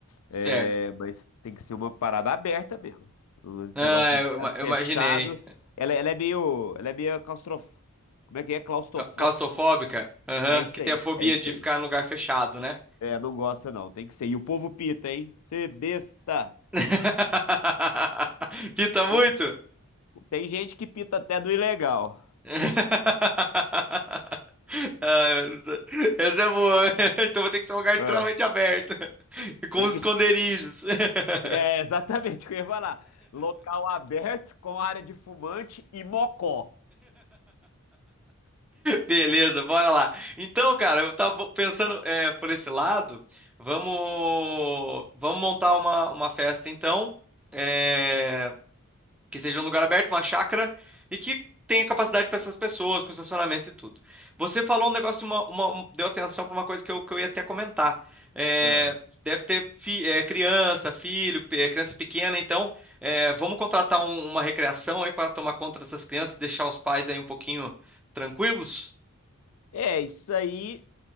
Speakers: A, in the centre; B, on the left.
A: Certo.
B: É... Mas tem que ser uma parada aberta mesmo. Esse
A: Ah,
B: negócio de
A: eu,
B: estar
A: ima- eu
B: fechado.
A: imaginei.
B: Ela, ela é meio. Ela é meio claustrof... Como é que é? Claustrofo...
A: Ca- Claustrofóbica? Aham,
B: É isso
A: que tem
B: aí,
A: a fobia
B: é isso
A: de
B: aí.
A: ficar em lugar fechado, né?
B: É, não gosta não, tem que ser. E o povo pita, hein? Você besta.
A: <laughs> Pita muito?
B: O- Tem gente que pita até do ilegal.
A: <laughs> Ah, Essa é boa. <laughs> Então vai ter que ser um lugar literalmente
B: É,
A: aberto, <laughs> com
B: tem
A: os
B: que...
A: esconderijos. <laughs>
B: é exatamente o que eu ia falar. Local aberto com área de fumante e mocó.
A: Beleza, bora lá. Então, cara, eu tava pensando é, por esse lado. Vamos, vamos montar uma, uma festa, então. É, que seja um lugar aberto, uma chácara e que tenha capacidade para essas pessoas, com estacionamento e tudo. Você falou um negócio, uma- uma- um- deu atenção para uma coisa que eu, que eu ia até comentar. É,
B: Ah.
A: deve ter fi- é, criança, filho, pe- é, criança pequena, então é, vamos contratar um- uma recreação aí para tomar conta dessas crianças, deixar os pais aí um pouquinho tranquilos?
B: É, isso aí